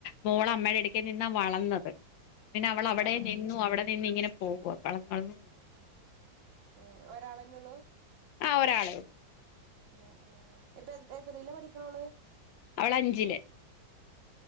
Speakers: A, on the left; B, on the right.
A: മോള അമ്മയുടെ അടുത്ത് വീട്ടിൽ നിന്നാ വളർന്നത് പിന്നെ അവൾ അവിടെ
B: ആ
A: നിന്നു
B: ആ
A: അവിടെ നിന്ന ഇങ്ങനെ പോക വളർന്ന വളർന്നു
B: ഏ ഒരാളന്നെള്ളൂ
A: ആ ഒരാളെ ഉള്ളൂ
B: ആ ആ ഇപ്പൊ എത്തറില്ല പഠിക്കണോള്
A: അവൾ അഞ്ചില്